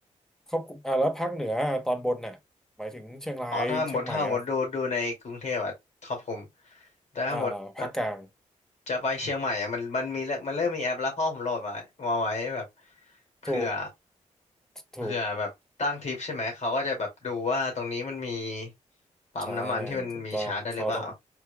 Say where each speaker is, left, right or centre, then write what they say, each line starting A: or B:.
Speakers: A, in the centre; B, on the left.
A: ครอบคลุมอ่าแล้วภาคเหนือตอนบนน่ะหมายถึงเชียงรายเชียงใหม่อ่ะ
B: อ๋อถ้าหมดถ้าหมดดูดูในกรุงเทพอะครอบคลุมแต่ถ้าหมดแบบ
A: อ่าภาคกลาง
B: จะไปเชียงใหม่อะมันมันมีแล้วมันเริ่มมีแอปแล้วพ่อผมโหลดมามาไว้แบบ
A: <laughs>
B: เผื่อ
A: ถูก
B: เผื่อแบบตั้งทริปใช่ไหมเขาก็จะแบบดูว่าตรงนี้มันมี
A: ถูก
B: ปั๊มน้ำมันที่มันมีชาร์จได้หรือเปล่า
A: ใช่ถูกต้องเขาต้อง